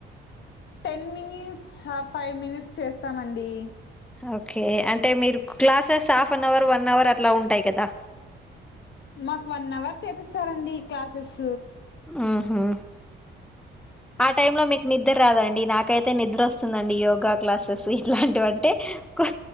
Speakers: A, on the left (about 60°); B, in the centre.
A: టెన్మినిట్స్ హ ఫైవ్ మినిట్స్ చేస్తామండి
B: ఓకే అంటే మీరు classes half an hour one hour అట్లా ఉంటయి కదా
A: మాకు వన్ అవర్ చేపిస్తరండి ఈ క్లాసెస్
B: ఉహు ఆ టైంలో మీకు నిద్ర రాదండి నాకైతే నిద్ర వస్తుందండి యోగా క్లాస్ కస్విట్లాంటివంటే కో